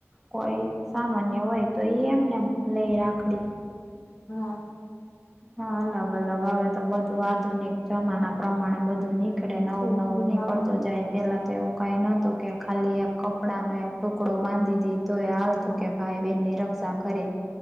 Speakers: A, in the centre; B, on the left.
A: કોઈ સામાન્ય હોય, તો એ એમને લઈ રાખડી
B: હા.
A: હા, અલગ-અલગ આવે તો બધા આધુનિક જમાના પ્રમાણે બધું નીકળે નવું-નવું
B: થઈ ગયું
A: નીકળતું
B: હા
A: જાય. પેલા તો એવું કઈ ન હતું કે ખાલી એક કપડાનો એક ટુકડો બાંધી દે તો એ હાલતું
B: હા
A: કે ભાઈ બેનની રક્ષા કરે.